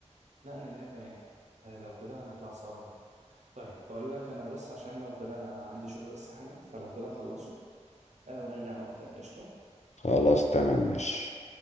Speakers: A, on the right; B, on the left.
A: لا انا الدنيا تمام آه لو كده هنطلع سوا النهاردة. طيب بقول لك انا بس عشان لو كده انا عندي شغل بس حالا فلو كده هخلصه آه ونرجع نقعد تاني قشطه
B: خلاص تمام ماشي